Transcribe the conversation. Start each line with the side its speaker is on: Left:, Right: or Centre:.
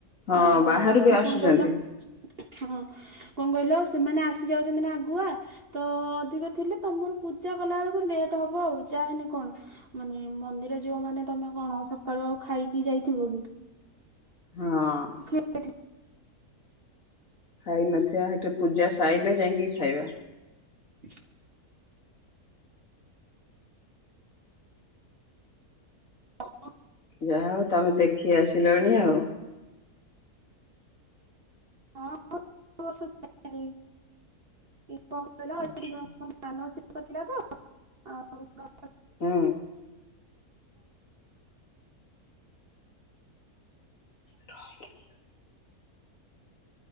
Left: ହଁ
Right: ଆଉ
Left: ବାହାରୁ
Right: ହେଟି
Left: ବି ଆସୁଛନ୍ତି।
Right: କଣ କହିଲ ହଁ କଣ କହିଲ ସେମାନେ ଆସି ଯାଉଛନ୍ତି ନା ଆଗୁଆ ତ ଅଧିକ ଥିଲେ ତମର ପୂଜା କଲା ବେଳକୁ ଲେଟ ହବ ଆଉ ଯାଏନି କଣ। ମାନେ ମନ୍ଦିର ଯିବ ମାନେ ତମେ କଣ ସକାଳୁ ଆଉ ଖାଇକି ଯାଇଥିବ କି।
Left: ହଁ।
Right: ସେଠି
Left: ଖାଇ ନଥିବା ସେଠି ପୂଜା ସାଇଲେ ଯାଇକି ଖାଇବା।
Right: <unintelligible> ହଉ।
Left: ଯାହାହୋଉ ତମେ ଦେଖି ଆସିଲଣି ଆଉ।
Right: ହଁ ସବୁ ବର୍ଷ ଯାଏ <unintelligible> କଣ କହିଲ
Left: ଆଛା
Right: ଏଠି <unintelligible> ମାନସିକ ଥିଲା ତ ଆଉ <unintelligible>
Left: ହୁଁ। <inaudible>